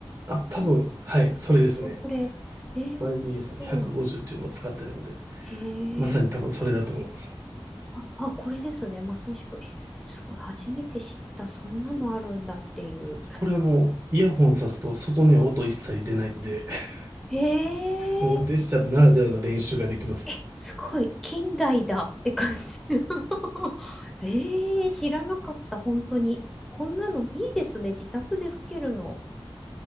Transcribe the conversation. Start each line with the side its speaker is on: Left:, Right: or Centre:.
Right: あ、多分、
Centre: え
Right: はい、それですね。
Centre: ここれ、えー面白い。
Right: YDS の150っていうのを使ってるんで、
Centre: へ
Right: まさに多分それだと思います。
Centre: えあ、あ、これですね。まさしく。え、すごい、初めて知った。そんなのあるんだっていう。
Right: これあの、イヤホンさすと外には音一切出ないんで、<laughs>
Centre: え
Right: もうデジタルならではの練習ができますよ。
Centre: ええ、すごい、近代だって感じ。<laughs> ええー知らなかった、本当に。こんなのいいですね、自宅で吹けるの。